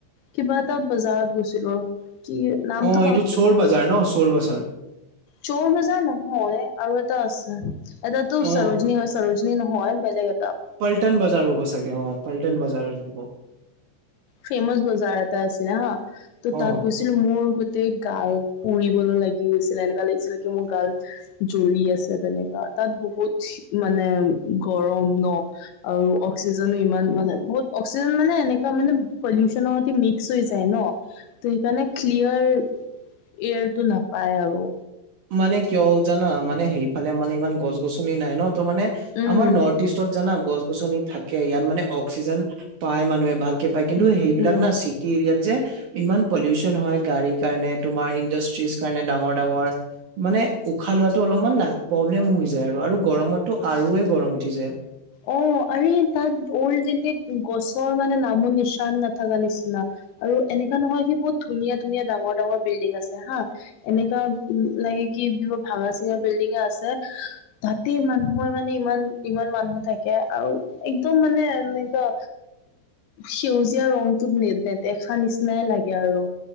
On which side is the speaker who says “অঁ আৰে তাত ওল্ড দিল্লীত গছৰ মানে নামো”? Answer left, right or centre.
Left